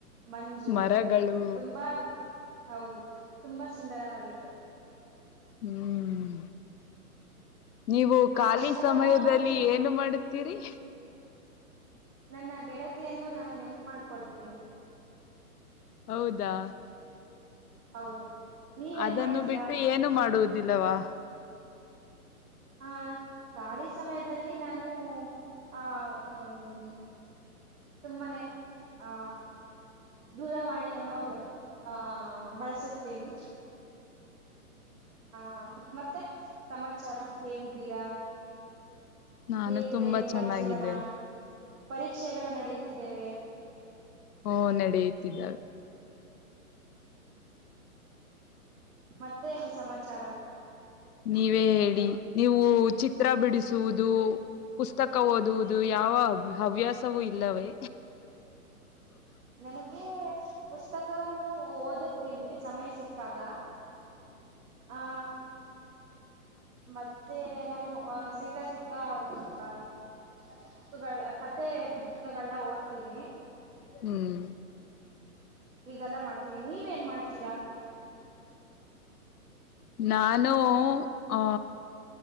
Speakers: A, on the right (about 65°); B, on the left (about 75°).
A: ಮಂಜು
B: ಮರಗಳು
A: ತುಂಬಾ ಹೌದು ತುಂಬಾ ಸುಂದರವಾಗಿತ್ತು
B: ಹ್ಮ್ ನೀವು ಖಾಲಿ
A: ಆ ಕ್ಷಣಗಳನ್ನ
B: ಸಮಯದಲ್ಲಿ ಏನು ಮಾಡುತ್ತೀರಿ
A: ನನ್ನ ಗೆಳತಿಯನ್ನು ನಾನು ನೆನಪು ಮಾಡ್ಕೊಳ್ತೀನಿ
B: ಹೌದಾ
A: ಹೌದು ನೀವೇನ್
B: ಅದನ್ನು
A: ಮಾಡ್ತೀರಾ
B: ಬಿಟ್ಟು ಏನು ಮಾಡುವುದಿಲ್ಲವಾ
A: ಹ ಖಾಲಿ ಸಮಯದಲ್ಲಿ ನಾನು ಆ ಹ್ಮ. ತುಂಬಾನೇ ಆ. ದೂರವಾಣಿಯನ್ನು ಆ ಬಳಸುತ್ತೇನೆ. ಹಾ ಮತ್ತೆ ಸಮಾಚಾರ ಹೇಗಿದ್ದೀರಾ
B: ನಾನು
A: ಹೇಗಿದೆ
B: ತುಂಬಾ
A: ನಿಮ್ಮ
B: ಚೆನ್ನಾಗಿದ್ದೇನೆ
A: ಜೀವನ ಪರೀಕ್ಷೆಗಳು ನಡೆಯುತ್ತಿದ್ದೇವೆ
B: ಹ ನಡೆಯತಿದ್ದಾವೆ
A: ಮತ್ತೇನು ಸಮಾಚಾರ
B: ನೀವೇ ಹೇಳಿ ನೀವು ಚಿತ್ರ ಬಿಡಿಸುವುದು ಪುಸ್ತಕ ಓದುವುದು ಯಾವ ಹವ್ಯಾಸವೂ ಇಲ್ಲವೇ
A: <inaudible> ನನಗೆ ಪುಸ್ತಕವನ್ನು ಓದುತ್ತೀನಿ ಸಮಯ ಸಿಕ್ಕಾಗ ಹಾ ಮತ್ತೆ ನಾನು ಸಿಕ್ಕಾ ಸಿಕ್ಕಾ. ಕ ಪುಸ್ತಗಳ ಕತೆೆ ಪುಸ್ತಕಗಳನ್ನ ಓದ್ತೀನಿ.
B: ಹ್ಮ್.
A: ಈಗೆಲ್ಲ ಮಾಡ್ತೀನಿ ನೀವೇನ್ ಮಾಡ್ತೀರಾ.
B: ನಾನು ಆ